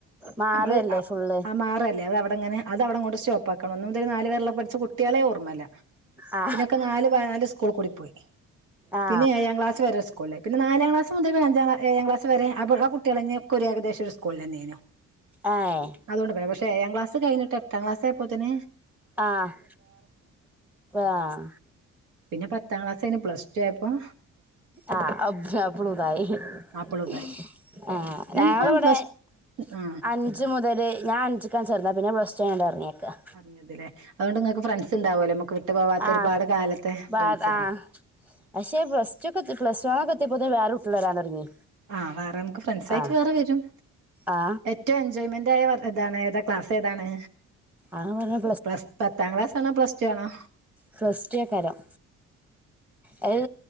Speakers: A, in the centre; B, on the right.
A: മാറല്ലേ
B: നമ്മള് ആഹ്
A: ഫുള്ള്
B: മാറല്ലേ അത് അവിടെങ്ങനെ അത അവിടെ കൊണ്ട് സ്റ്റോപ്പ് ആക്കണം ഒന്നും മുതൽ നാല് <unintelligible> പഠിച്ച് കുട്ടികളെ ഓർമ്മമല്ല
A: ആ
B: പിന്നെൊക്കെ നാല് ടിയി
A: ആ
B: പിന്നെ ക്ലസ് വരെ സ്കൂളേന്ന നാലാം ക്ലാസ് മുൽ പിന്ന അഞ്ചാം ഏഴാം ക്ലാസ് വരെ ആഹ് കുട്ടികളഞ്ഞ ഒ ഒരു ഏകദേശ ഒരു സ്കൂള തന്നെ
A: ആഹ്
B: അതൊണ്ട് പോയതാ പക്ഷേഏഴാം ക്ലാസ് കിഞ്ഞിട്ട് എട്ടാം ക്ലാസ്സയപ്പോത്തിന്
A: ആഹ് ആഹ്
B: പിന്നെ പത്താം ക്ലാസ് കഴിഞ്ഞ് പ്ലസ് ടു ആയപ്പം
A: ആഹ് <unintelligible>
B: ആപ്പളും ഇതായി
A: ആഹ്
B: ഞാനിപ്പ
A: ഞങ്ങളിവിടെ
B: പ്ലസ്
A: അഹ്
B: ആ
A: അഞ്ച് മുതൽ ഞാൻഞ്ചിക്കാണ് ചേർന്നത് പിന്നെ പ്ലസ് ടു കഴിഞ്ഞർങ്ങിയേക്കാം
B: <unintelligible> അതുകൊണ്ട് നിങ്ങൾക്ക് ഫ്രണ്ട്സ് ഉണ്ടാവുമല്ലോ നമുക്ക് വിട്ടു പോവാത്ത
A: ആ
B: ഒരുപാട് കാലത്തെ
A: ബാ
B: ഫ്രണ്ട്സിലേ
A: ആ പക്ഷെ പ്ലസ് ടു ഒകെത്തി പ്ലസ് വൺൊക്കെത്തിയപ്പോ വേറേ കുട്ടികള് വരാൻ തുടങ്ങി
B: ആഹ് വേറെ നമുക്ക് ഫ്രണ്ട്സ് ആയിട്ട്
A: ആ
B: വേറെ വരും
A: ആ
B: ഏറ്റവും എൻജോയ്മെന്റ് ആയതാണ് ഏത് ക്ലാസ് ഏതാണ്
A: ആ പറഞ്ഞ
B: പ്ലസ് പത്താം ക്ലാസ് ആണോ പ്ലസ് ടു ആണോ
A: പ്ലസ്റ്റു ക്കാരം അത്